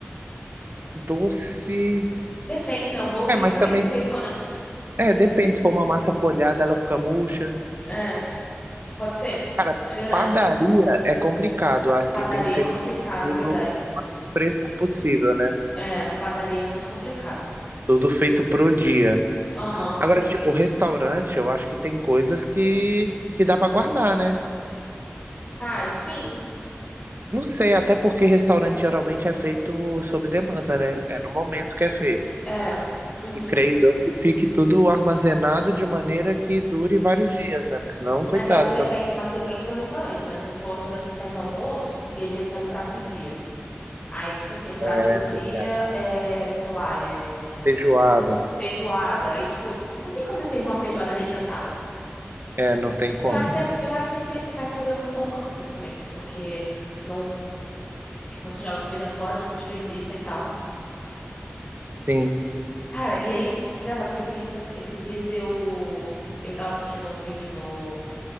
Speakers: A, on the right; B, on the left.
A: doce.
B: Depende, né? O bolo também
A: É, mas
B: fica meio
A: também
B: seco, né?
A: É, depende. Se for uma massa folhada, ela fica murcha.
B: É, pode ser.
A: Cara,
B: É verdade.
A: padaria é complicado. Acho
B: Padaria
A: que tem que ser
B: é complicado,
A: tipo, tudo
B: é verdade.
A: o mais fresco possível, né?
B: É, padaria é muito complicado.
A: Tudo feito pro dia.
B: Aham.
A: Agora, tipo, restaurante, eu acho que tem coisas que, que dá pra guardar, né?
B: Cara, sim.
A: Não sei, até porque restaurante geralmente é feito sob demanda, né? É no momento que é feito.
B: É. Uhum.
A: E creio eu que fique tudo armazenado de maneira que dure vários dias, né? Porque senão, coitado,
B: Mas eu acho que depende,
A: também.
B: mas depende do restaurante, né? Se for restaurante que serve almoço e às vezes faz o prato do dia. Aí, tipo assim, o prato
A: É
B: do dia
A: verdade.
B: é, sei lá, é
A: Feijoada.
B: feijoada. Aí, tipo, não tem como você servir uma feijoada requentada.
A: É, não tem como.
B: Eu acho que, é- eu acho que esse aplicativo é muito bom por causa disso também, porque não, não se joga comida fora, não se desperdiça e tal.
A: Sim.
B: Cara, e aí, engraçado que esses, dias esses dias eu eu tava assistindo um vídeo no